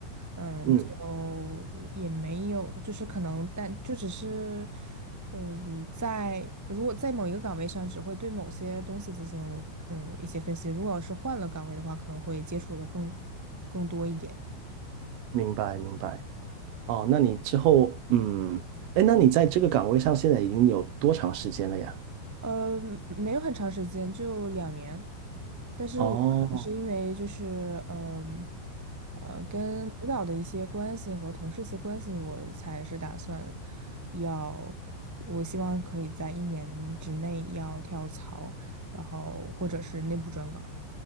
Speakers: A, in the centre; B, on the right.
A: 嗯，
B: 嗯，
A: 就也没有，就是可能，但就只是，嗯，在如果在某一个岗位上，只会对某些东西进行嗯一些分析。如果要是换了岗位的话，可能会接触的更更多一点。
B: 明白明白。哦，那你之后，嗯，哎，那你在这个岗位上现在已经有多长时间了呀？
A: 呃，没有很长时间，就两年。但是我可能是因为就是，
B: 哦，
A: 嗯、呃，跟领导的一些关系和同事一些关系，我才是打算要，我希望可以在一年之内要跳槽，然后或者是内部转岗。